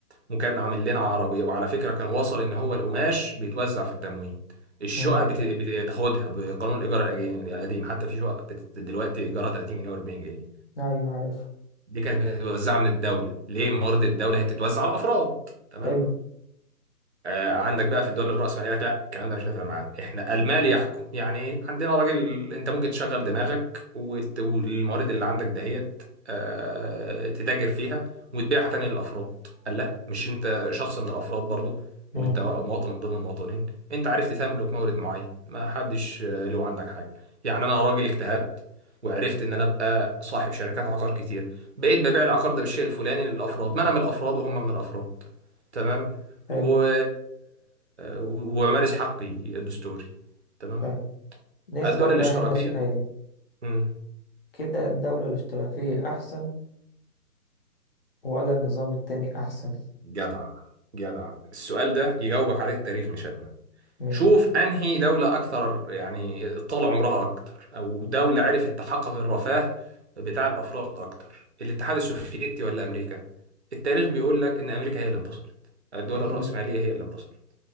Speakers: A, on the right (about 45°); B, on the left (about 35°).
A: وكان عامل لنا عربية وعلى فكرة كان وصل ان هو القماش بيتوزع في التموين الشقق
B: مم.
A: بت- بتاخدها بقانون الايجار الأجي- القديم حتى في شقق بت- دلوقتي ايجارها 30 جنيه و40 جنيه
B: أيوة عارف
A: دي كانت بتتوزع من الدولة ليه موارد الدولة هي بتتوزع على الافراد تمام
B: حلو
A: آه، عندك بقى في الدول الرأسمالية لك لا الكلام ده مش نافع معانا احنا المال يحكم يعني ايه عندنا راجل انت ممكن تشغل دماغك وت- والموارد اللي عندك دهيت آه، تتاجر فيها وتبيعها تاني للأفراد قال لا مش انت شخص من الأفراد برضو
B: مم.
A: وانت مواطن من ضمن المواطنين انت عرفت تملك مورد معين ما حدش آه، له عندك حاجة يعني انا راجل اجتهدت وعرفت ان انا ابقى صاحب شركات عقار كتير بقيت ببيع العقار ده بالشيء الفلاني للأفراد ما انا من الأفراد وهم من الأفراد تمام
B: حلو
A: و... وأمارس حقي الدستوري تمام
B: طيب نسأل
A: الدول الاشتراكية
B: بقى هنا سؤال
A: مم.
B: كده الدولة الاشتراكية أحسن ولا النظام التاني أحسن
A: جدع جدع السؤال ده يجاوبك عليه التاريخ مش أنا
B: ماشي
A: شوف أنهي دولة أكثر يعني طال عمرها أكتر أو دولة عرفت تحقق الرفاه بتاع الأفراد أكتر الاتحاد السوفيتي ولا أمريكا التاريخ بيقول لك إن أمريكا هي اللي انتصرت الدول
B: أكيد
A: الرأسمالية هي اللي انتصرت